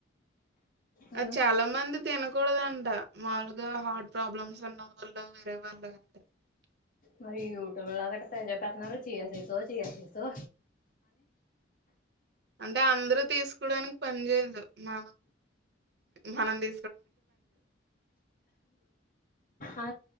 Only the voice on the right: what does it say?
అది చాలా మంది తినకూడదంట మాములుగా హార్ట్ ప్రాబ్లమ్స్ ఉన్న వాళ్ళు వేరే వాళ్ళు <unintelligible>
అంటే అందరూ తీసుకోడానికి పని చేయదు మా మనంది